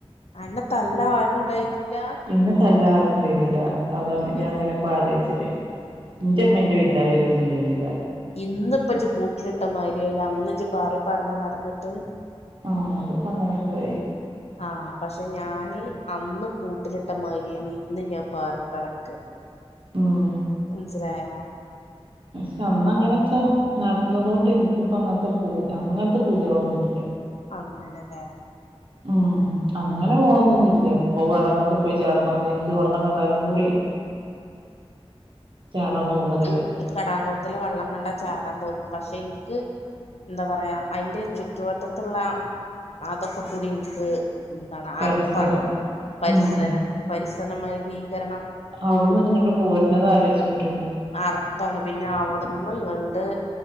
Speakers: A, on the left; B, on the right.
A: അന തല്ല ആരും ഉണ്ടായിരുന്നില്ല
B: എന്നെ തല്ലാൻ ആരുണ്ടായിുന്നില്ല അതാണ്
A: ഇമ്മേ
B: ഞാൻ അങ്ങനെ ബാാലച്ചിട്ടേ ഇന്റെമ്മൻന്റെ
A: ഉം
B: വീ വിര്ത്താർ ഉണ്ടായിരുന്നില്ല
A: ഇന്നിപ്പ കൂട്ടിലിട്ടമാതിരിയാല അന്ന് നി പാറി പറന്ന് നടന്നിട്ട്
B: ആഹ അത്പ്പോ അങ്ങനെയൊക്കെ ആയി
A: ആഹ പക്ഷെ ഞാന് അന്ന് കൂട്ടിലിട്ടമാതിരി ഇന്ന് ഞാൻ പാറി പറക്കുകയാണ്
B: ഉം
A: മനസിലായ
B: പക്ഷെ അന്ന അങ്ങനെയൊക്കെ നടന്നത കൊണ്ട് എനിക്കിപ്പ അങ്ങനത്തെ പൂതികളൊന്നും ഇല്ല
A: അന്നല്ലല്ലേ
B: ഉം അങ്ങനെ പോകണംന്നൊന്ന ഇില്ല എപ്പൊ അടങ്ങോട്ട പോയി ചാട്ടണം നിനിക്ക് വെള്ളം കണ്ടാലും കൂടി <inaudible> ചാടാൻ തോന്നണില്ല
A: എനിക്ക് കടാകുളത്തില വെള്ളം കണ്ടാ ചാടാൻ തോന്നും പക്ഷെ എനിക്ക് എന്താ പറയാ അതിന്റെ ചുറ്റുവട്ടത്തുള്ള അതൊക്കെ കൂടി എനിക്ക് എന്താണ്
B: പരിസരം
A: അർപ്പാണ് പരിസരം
B: ഉം
A: പരിസര മലിനീകരണം
B: അവിടുന്ന് ഇങ്ങോട്ട് പോരുന്നത് ആലോചച്ചിട്ടും
A: അറപ്പാണ് പിന്നെ അവിടന്നും കണ്ട്